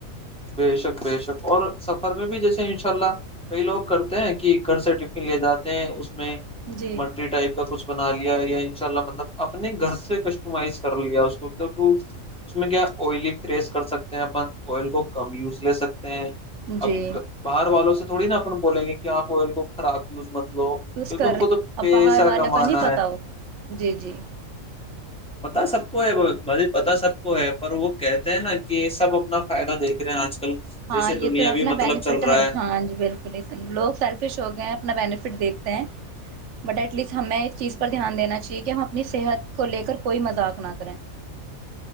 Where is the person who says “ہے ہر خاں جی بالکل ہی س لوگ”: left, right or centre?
Right